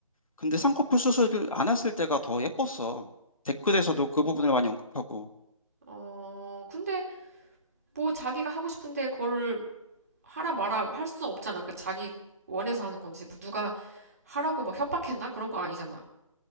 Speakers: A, on the left; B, on the right.
A: 근데 쌍꺼풀 수술을 안 했을 때가 더 예뻤어. 댓글에서도 그 부분을 많이 언급하고.
B: 어 근데 뭐 자기가 하고 싶은데 그걸 하라 마라 할 수 없잖아. 그 자기 원해서 하는 건지 뭐 누가 하라고 막 협박했나? 그런 거 아니잖아.